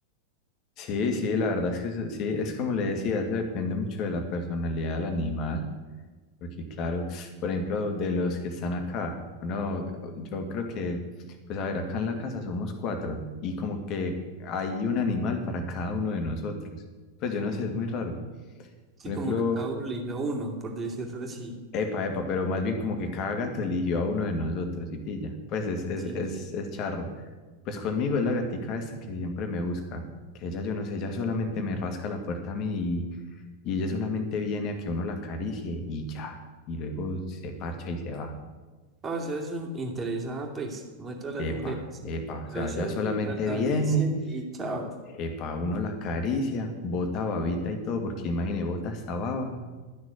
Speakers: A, on the left; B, on the right.
A: Sí, sí, la verdad es que eso- sí, es como le decía, eso depende mucho de la personalidad del animal, porque claro, por ejemplo, de los que están acá, no, yo creo que, pues a ver, acá en la casa somos cuatro y como que hay un animal para cada uno de nosotros. Pues yo no sé, es muy raro.
B: Sí,
A: Por
B: como
A: ejemplo,
B: que cada uno elige a uno, por decirlo así.
A: Epa, epa, pero más bien como que cada gato eligió a uno de nosotros y pilla. Pues es, es,
B: Sí,
A: es,
B: sí, sí.
A: es charro. Pues conmigo es la gatica esta que siempre me busca, que ella yo no sé, ella solamente me rasca la puerta a mí y, y ella solamente viene a que uno la acaricie y ya, y luego se parcha y se va.
B: Ah, O sea, es un- interesada, pues, muestra a las
A: Epa,
B: mujeres.
A: epa,
B: Lo
A: o sea,
B: soy,
A: ella solamente
B: que la acaricien
A: viene,
B: y chao.
A: epa, uno la acaricia, bota babita y todo, porque imagine, bota hasta baba